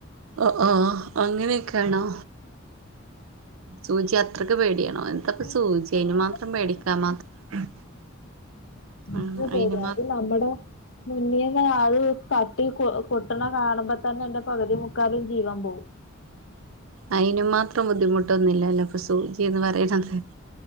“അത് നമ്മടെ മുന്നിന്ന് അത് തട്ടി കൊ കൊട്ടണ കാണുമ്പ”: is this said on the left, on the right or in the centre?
Left